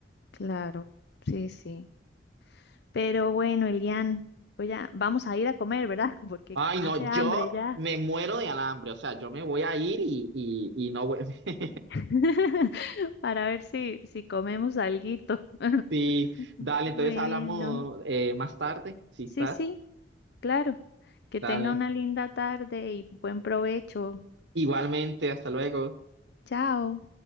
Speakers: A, on the left; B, on the right.
A: claro, sí, sí. Pero bueno, Elian, pues ya vamos a ir a comer, ¿verdad? <laughs> Porque
B: Ay,
A: hace
B: no, yo
A: hambre ya.
B: me muero de alambre, o sea, yo me voy a ir y, y, y no voy. <laughs>
A: <laughs> para ver si, si comemos alguito. <laughs>
B: Sí, dale,
A: Bueno,
B: entonces hablamos eh, más tarde, si
A: sí,
B: estás,
A: sí, claro. Que
B: dale.
A: tenga una linda tarde y buen provecho.
B: Igualmente, hasta luego.
A: Chao.